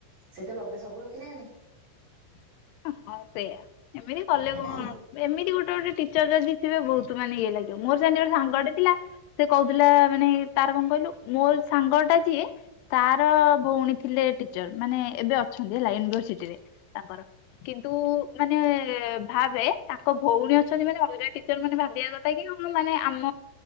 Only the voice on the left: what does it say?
ହଁ ସେଇୟା ଏମିତି କଲେ
କଣ ଏମିତି ଗୋଟେ ଗୋଟେ ଟି ଚର୍ ଯଦି ଥିବେ ବହୁତ ମାନେ ଇଏ ଲାଗିବ ମୋର ସେମିତି ଗୋଟେ ସାଙ୍ଗଟେ ଥିଲା ସେ କଉଥିଲା ମାନେ ତାର କଣ କଇଲୁ ମୋର ସାଙ୍ଗ ଟା ଯିଏ ତାର ଭଉଣୀ ଥିଲେ ଟିଚର ମାନେ ଏବେ ଅଛନ୍ତି ହେଲା ୟୁନିଭରସିଟି ରେ ତାଙ୍କର କିନ୍ତୁ ମାନେ ଭାବେ ତା ଭଉଣୀ ଅଛନ୍ତି ମାନେ ଅଲଗା ଟିଚର ମାନେ ଭାବିବାକ ଥା କି କଣ ମାନେ ଆମ